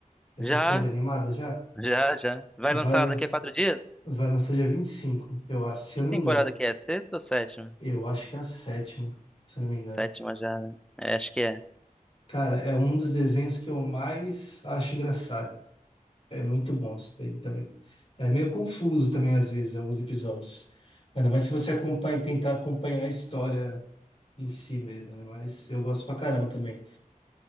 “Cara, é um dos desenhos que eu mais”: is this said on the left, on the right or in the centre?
Left